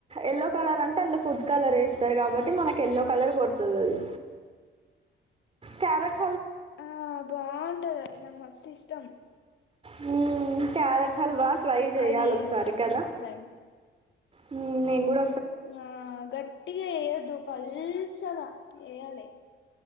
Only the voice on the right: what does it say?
ఎల్లో కలర్ అంటే అందు ఫుడ్ కలర్ వేస్తారు కాబట్ ట్టి మనకు ఎల్లో కలర్ కోడుతది అది క్యారేట్
హుమ్మ్ క్యారెట్ హల్వా ట్రై చెయాలి
ఒకసారి కదా
హుమ్మ్ నిన్ కూడ